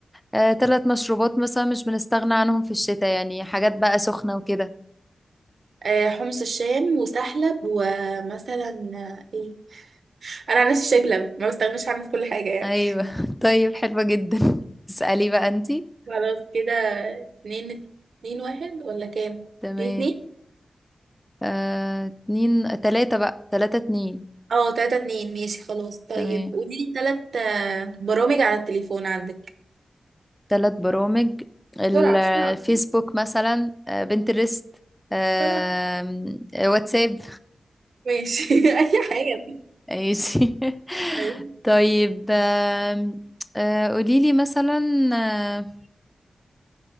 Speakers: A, in the centre; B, on the right (about 60°).
A: آه، تلات مشروبات مثلا مش بنستغنى عنهم في الشتاء يعني حاجات بقى سخنة وكده
B: آه، حمص الشام وسحلب ومثلا آه، ايه انا عن نفسي شاي بلبن ما بستغناش عنه في كل حاجه يعني
A: أيوة <laughs> طيب حلوة جدا <laughs> اسألي بقى انتي
B: خلاص كده اتنين اتنين واحد ولا كام؟
A: تمام
B: اتنين اتنين؟
A: آه، اتنين تلاتة بقى تلاتة اتنين
B: اه تلاتة اتنين ماشي خلاص طيب
A: تمام
B: قوليلي تلات آه، برامج على التليفون عندك
A: تلات برامج الفيسبوك
B: بسرعة بسرعة بسرعة
A: مثلا آه، بنترست آم،
B: بسرعة.
A: آه، واتساب
B: ماشي <laughs> أي حاجة
A: ماشي <laughs>
B: طيب.
A: طيب آم، آه، قوليلي مثلا آه،